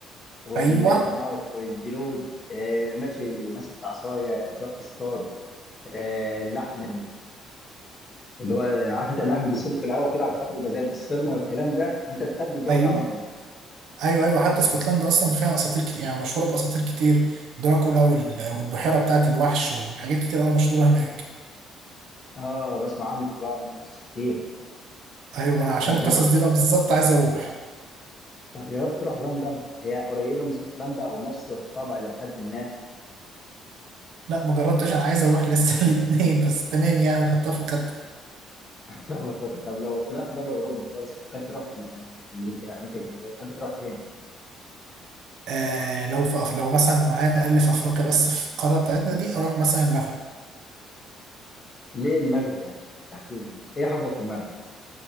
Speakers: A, on the left; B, on the right.
A: والعيش
B: ايوه
A: اه الجلود آه ماشي ماسك عصايه تروح تصطاد آه اللحم اللي هو عارف انت اللحم اللي بيسيبه في الهواء كده عشان خاطر يبقى زي البسطرمه والكلام ده انت بتحب الجو
B: ايوه
A: ده عموما
B: ايوه ايوه حتى اسكتلندا اصلا فيها اساطير كتير يعني مشهوره باساطير كتير دراكولا وال- والبحيره بتاعت الوحش وحاجات كتير قوي مشهوره هناك
A: اه بسمع عنه كنت بقرا عنه قصص كتير
B: ايوه ما انا عشان
A: طب
B: القصص
A: جربت
B: دي بقى بالظبط عايز اروح
A: طب جربت تروح لندن هي قريبه من اسكتلندا او نفس الطبع لحد ما
B: لا ما جربتش انا عايز اروح لسه <laughs> الاثنين بس تمام يعني نحطها في الخطه
A: <laughs> طب طب طب لو طلعت بره اوروبا خالص فكرت تروح في الأ- امريكا امريكا الجنوبيه تحب تروح فين؟
B: آه لو في أف... لو مثلا معايا اقل في افريقيا بس في القاره بتاعتنا دي اروح مثلا المغرب
A: ليه المغرب يعني تحديدا ايه حبك في المغرب؟